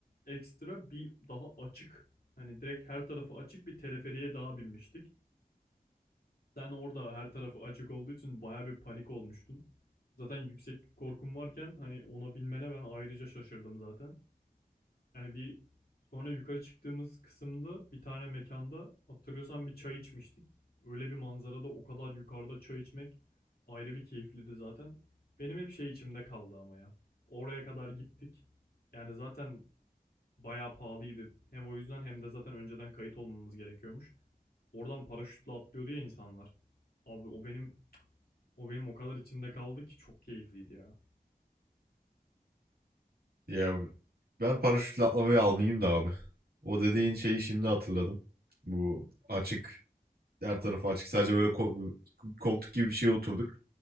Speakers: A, on the left; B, on the right.
A: ekstra bir daha açık hani direkt her tarafı açık bir teleferiye daha binmiştik. Sen orada her tarafı açık olduğu için baya bir panik olmuştun. Zaten yüksek korkum varken hani ona binmene ben ayrıca şaşırdım zaten. Yani bir sonra yukarı çıktığımız kısımda bir tane mekanda hatırlıyorsan bir çay içmiştik. Öyle bir manzarada o kadar yukarıda çay içmek ayrı bir keyifliydi zaten. Benim hep şey içimde kaldı ama ya. Oraya kadar gittik. Yani zaten bayağı pahalıydı. Hem o yüzden hem de zaten önceden kayıt olmamız gerekiyormuş. Oradan paraşütle atlıyordu ya insanlar. Abi o benim o benim o kadar içimde kaldı ki çok keyifliydi ya.
B: Ya ben paraşütle atlamayı almayayım da abi. O dediğin şeyi şimdi hatırladım. Bu açık her tarafı açık sadece böyle ko- koltuk gibi bir şeye oturduk.